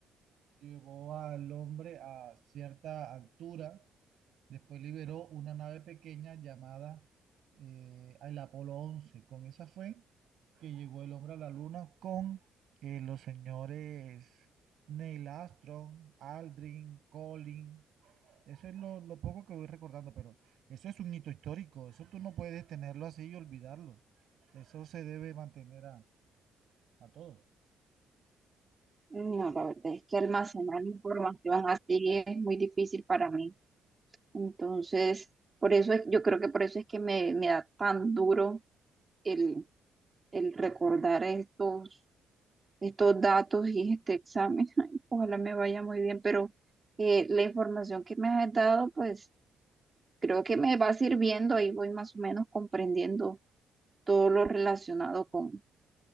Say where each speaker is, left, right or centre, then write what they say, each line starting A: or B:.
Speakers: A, on the right; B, on the right.
A: llevó al hombre a cierta altura Después liberó una nave pequeña llamada eh, el Apolo once Con esa fue que llegó el hombre a la luna con eh, los señores Neil Armstrong, Aldrin, Collins. Eso es lo, lo poco que voy recordando, pero eso es un hito histórico. Eso tú no puedes tenerlo así y olvidarlo. Eso se debe mantener a, a todos.
B: No, la verdad es que almacenar información así es muy difícil para mí. Entonces, por eso es- yo creo que por eso es que me, me da tan duro el, el recordar estos, estos datos y este examen. <laughs> Ay, Ojalá me vaya muy bien, pero eh, la información que me has dado, pues creo que me va sirviendo. Ahí voy más o menos comprendiendo todo lo relacionado con